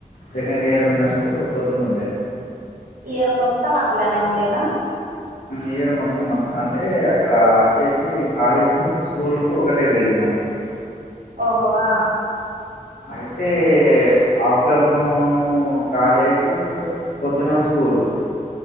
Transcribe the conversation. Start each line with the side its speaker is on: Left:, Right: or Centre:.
Left: సెకండ్ ఇయర్ ఉన్నప్పుడు పొద్దున ఉండే
Right: ఇయర్ మొత్తం అట్లానే ఉండేనా
Left: ఇయర్ మొత్తం అ అంటే అక్కడ వచ్చేసి కాలేజ్ కు స్కూల్ కు ఒకటే బిల్డింగ్ అన్నట్టు
Right: ఓహో ఆ
Left: అయితే ఆఫ్టర్నూన్ కాలేజ్ పొద్దున స్కూల్ స్కూలు